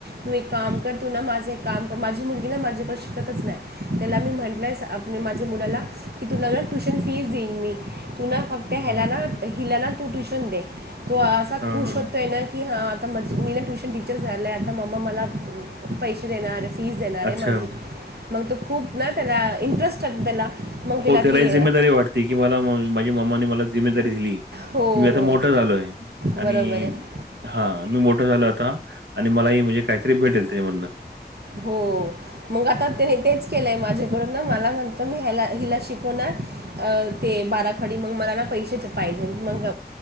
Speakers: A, on the right; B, on the right.
A: तू एक काम कर. तू ना माझं एक काम माझी मुलगी ना माझ्याकडे शिकतच नाही. त्याला मी म्हंटलंय माझ्या मुलाला की तुला ना ट्युशन फीज देईन मी. तुला फक्त ह्याला
B: हां,
A: ना हिलालाना तू ट्युशन दे. तो असा
B: हां,
A: खुश
B: हां.
A: होतोय ना की हा, आता मज मी ना ट्युशन टीचर झालंय. आता मम्मा मला पैसे देणार. फीज देणारे
B: अच्छा.
A: माझी. मग त खूप ना त्याला इंटरेस्टेस त्याला. मग तिला
B: हो त्याला
A: ती
B: जिमेदारी वाटते. की मला माझ्या माम्मानी मला जिम्मेदारी दिली.
A: हो
B: कि मी आता
A: हो
B: मोठा झालोय. आणि
A: बरोबर आहे
B: हा मी मोठं झालोय आता. आणि मलाही म्हणजे काहीतरी भेटेल त्याच्यामधनं.
A: हो. मग आता त्याने तेच केलंय. माझ्याकडून ना मला म्हणतो मी ह्या हिला शिकवणार. अ ते बाराखडी मग मला ना पैसेच पाहिजे. मग